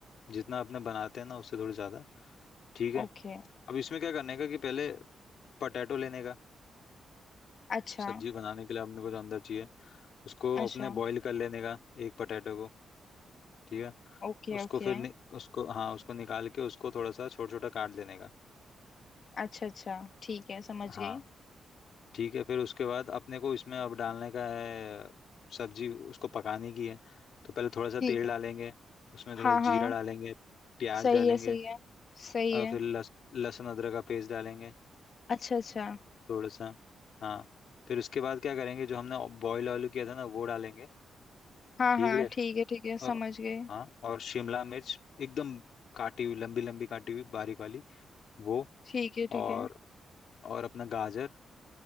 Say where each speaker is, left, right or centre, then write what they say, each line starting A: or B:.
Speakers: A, on the left; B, on the left.
A: जितना अपने बनाते हैं ना उससे थोड़ी ज्यादा ठीक है
B: ओके
A: अब इसमें क्या करने का कि पहले पटैटो लेने का
B: अच्छा
A: सब्जी बनाने के लिए अपने को जो अंदर चाहिए उसको
B: अच्छा
A: अपने बॉईल कर लेने का एक पटैटो को ठीक है
B: Okay
A: उसको
B: okay
A: फिर नि, उसको हाँ उसको निकाल के उसको थोड़ा सा छोटा छोटा काट देने का
B: अच्छा अच्छा ठीक है समझ गई
A: हाँ ठीक है फिर उसके बाद अपने को इसमें अब डालने का है सब्जी उसको पकाने की है तो पहले थोड़ा सा
B: ठीक
A: तेल डालेंगे
B: है
A: उसमें थोड़ा
B: हाँ
A: जीरा
B: हाँ
A: डालेंगे प्याज
B: सही
A: डालेंगे
B: है सही है सही
A: और
B: है
A: फिर लस, लहसुन अदरक का पेस्ट डालेंगे
B: अच्छा अच्छा
A: थोड़ा सा हाँ फिर उसके बाद क्या करेंगे जो हमने बॉयल आलू किया था ना वो डालेंगे
B: हाँ
A: ठीक
B: हाँ
A: है
B: ठीक है ठीक है समझ
A: और,
B: गए
A: हाँ और शिमला मिर्च एकदम काटी हुई लंबी लंबी काटी हुई बारीक वाली वो
B: ठीक है ठीक
A: और
B: है
A: और अपना गाजर